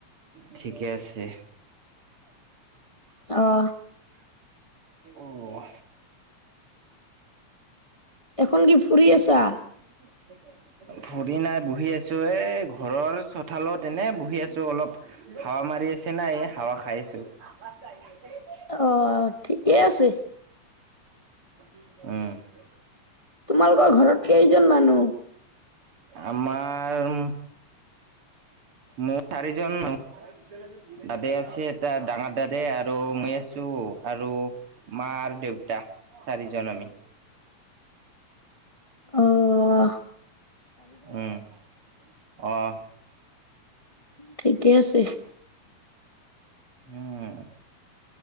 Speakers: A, on the right (about 50°); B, on the left (about 30°).
A: ঠিকে আছে।
B: অঁ।
A: অঁ।
B: এখন কি ফুৰি আছা?
A: <unintelligible> ভৰি নাই বহি আছোঁ, এ ঘৰৰ চোতালত এনেই বহি আছোঁ অলপ- হাৱা মাৰি আছে না এই হাৱা খাই আছো। <unintelligible>
B: অঁ' ঠিকে আছে।
A: উমঁ'।
B: তোমালোকৰ ঘৰত কেইজন মানুহ?
A: আমাৰ- মোৰ চাৰিজন <unintelligible> দাদে আছে, এটা ডাঙৰ দাদাই আৰু মই আছোঁ- আৰু মা আৰু দেউতা চাৰিজন আমি।
B: অঁ।
A: উমঁ' অঁ'।
B: ঠিকে আছে।
A: উমঁ'।